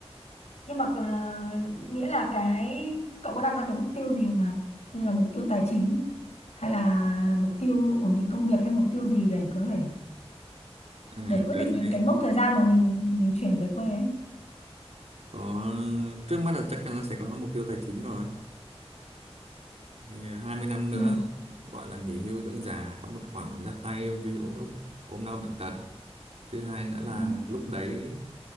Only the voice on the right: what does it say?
à,
tớ
sẽ
có trước mắt là chắc chắn là sẽ có mục tiêu tài chính rồi thì hai mươi năm
nữa gọi là nghỉ hưu dưỡng già có một khoản giáp tay ví dụ lúc ốm đau bệnh tật thứ hai nữa là
lúc đấy